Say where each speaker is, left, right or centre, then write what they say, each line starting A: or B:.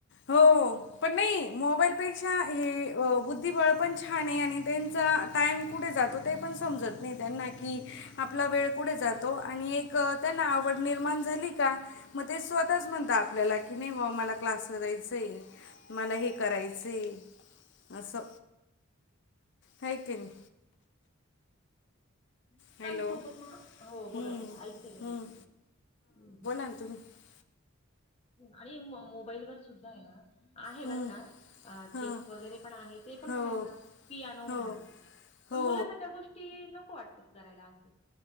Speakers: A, on the left (about 60°); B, on the left (about 30°).
A: हो. पण नाही मोबाईलपेक्षा हे अ बुद्धिबळ पण छान आहे आणि त्यां - -चा टाईम कुठे जातो ते पण समजत नाही त्यांना की आपला वेळ कुठे जातो? आणि एक त्यांना आवड निर्माण झाली का? मग ते स्वतःच म्हणतात- आपल्याला की नाही बुवा मला क्लासला जायचय. मला हे करायचय. असं. हाय की नाही?
B: आणि मुलांसोबत
A: हॅलो
B: म, हो
A: हम्म,
B: बोला बोला. ऐकतेय मी
A: हम्म.
B: ऐकते. हम्म. हम्म.
A: <unintelligible>
B: आणि मोबाईल वर सुद्धा ए ना? आहे
A: हम्म,
B: बर का. अ
A: हां
B: चेस वगैरे पण आहे. ते पण
A: हो
B: मुलांना पियानो
A: हो
B: म्हणा.
A: हो
B: पण मुलांना त्या गोष्टी नको वाटतात करायला असं